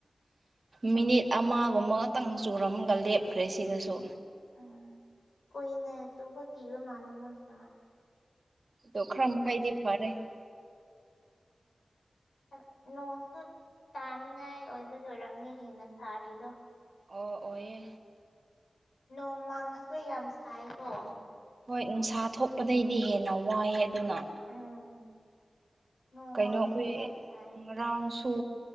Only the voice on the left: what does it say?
ꯑꯪꯑ ꯀꯨꯏꯅ ꯆꯨꯕ ꯀꯤꯕ ꯃꯥꯜꯂꯦ ꯃꯣꯏꯖꯨ
ꯑꯁ ꯅꯣꯡꯁꯨ ꯇꯥꯅꯤꯡꯉꯥꯏ ꯑꯣꯏꯕꯒꯤ ꯑꯣꯏꯔꯝꯅꯤ ꯍꯦꯟꯅ ꯁꯥꯔꯤꯗꯣ
ꯅꯣꯡ ꯃꯪꯉꯁꯨ ꯌꯥꯝ ꯁꯥꯏꯌꯦꯀꯣ
ꯎꯝ ꯅꯣꯡ
ꯃꯪꯉꯁꯨ
ꯌꯥꯝ ꯁꯥꯏ